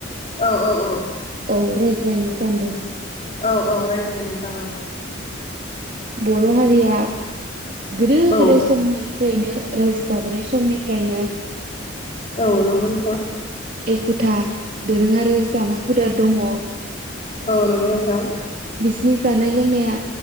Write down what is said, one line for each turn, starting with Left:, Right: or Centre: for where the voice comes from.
Left: औ औ औ।
Right: औ रायज्लायनो सान्दो।
Left: औ औ रायज्लाय नोंथां औ।
Right: बर' हारिया गोदो
Left: औ
Right: गोदाय समनि फ्रायनो रायजो जाबोनाय समनिफ्रायनो
Left: औ नंगौ नोंथां।
Right: एखथा दोरों आरो जानाय हुदा दङ।
Left: औ नंगौ नोंथां।
Right: बिसिनि जानाय लोंनाया